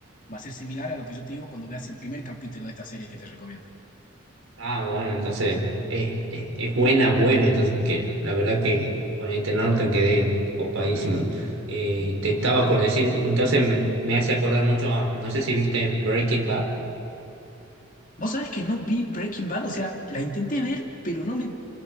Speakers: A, on the left (about 40°); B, on the right (about 85°).
A: va a ser similar a lo que yo te digo cuando veas el primer capítulo de esta serie que te recomiendo.
B: ah, bueno, entonces eh, eh, es buena, buena, entonces que la verdad que con este norte quedé copadísimo. Eh, te estaba por decir, entonces me, me hace acordar mucho a, no sé si viste Breaking Bad.
A: Vos sabés que no vi Breaking Bad, o sea, la intenté ver, pero no me,